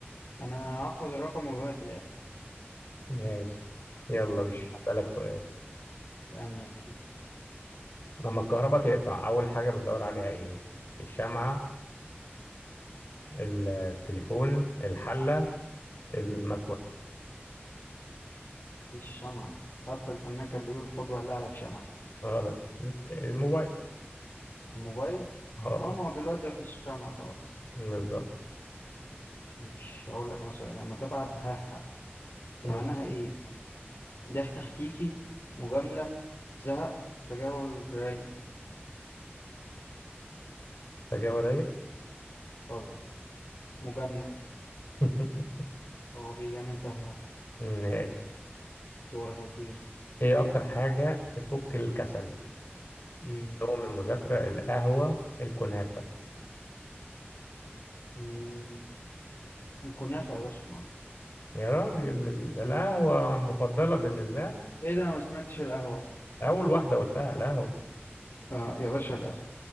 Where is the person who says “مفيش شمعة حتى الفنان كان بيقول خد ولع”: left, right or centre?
Left